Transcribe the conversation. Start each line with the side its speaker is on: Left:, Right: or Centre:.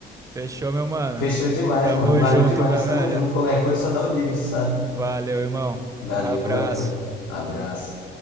Right: Fechou, meu mano?
Left: Fechou demais,
Right: Tamo
Left: mano. Valeu
Right: junto,
Left: demais.
Right: velho.
Left: Tamo junto. Qualquer coisa, só dá o liga, sabe?
Right: Valeu, irmão.
Left: Valeu,
Right: Abraço.
Left: valeu. Abraço.